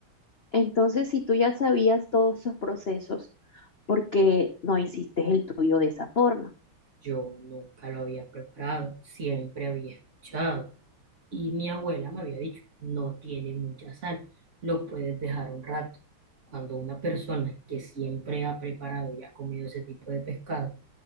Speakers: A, on the left; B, on the right.
A: Entonces, si tú ya sabías todos esos procesos, ¿por qué no hiciste el tuyo de esa forma?
B: Yo nunca lo había preparado, siempre había escuchado y mi abuela me había dicho, no tiene mucha sal, lo puedes dejar un rato. Cuando una persona que siempre ha preparado y ha comido ese tipo de pescado